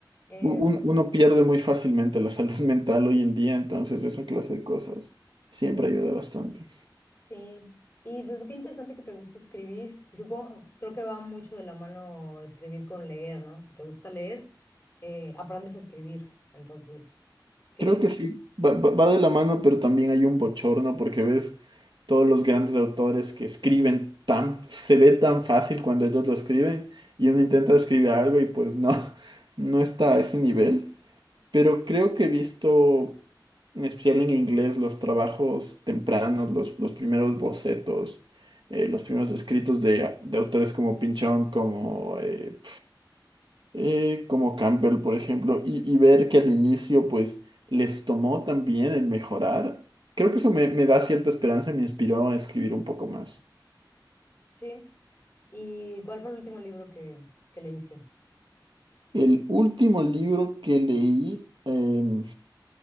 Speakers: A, on the left (about 30°); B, on the right (about 75°).
A: Eh,
B: U- un- uno pierde muy fácilmente la salud <laughs> mental hoy en día, entonces esa clase de cosas siempre ayuda bastante.
A: sí, y pues qué interesante que te gusta escribir. Y supongo, creo que va mucho de la mano escribir con leer, ¿no? Si te gusta leer, eh, aprendes a escribir. Entonces, ¿qué?
B: Creo que sí, va, va- va de la mano, pero también hay un bochorno porque ves todos los grandes autores que escriben tan, se ve tan fácil cuando ellos lo escriben y
A: Sí.
B: uno intenta escribir algo y pues no, <laughs> no está a ese nivel. Pero creo que he visto, en especial en inglés, los trabajos tempranos, los, los primeros bocetos, eh, los primeros escritos de, de autores como Pinchón, como eh, eh, como Campbell, por ejemplo, y, y ver que al inicio, pues, les tomó también el mejorar, creo que eso me, me da cierta esperanza y me inspiró a escribir un poco más.
A: sí, ¿Y cuál fue el último libro que, que leíste?
B: El último libro que leí eh,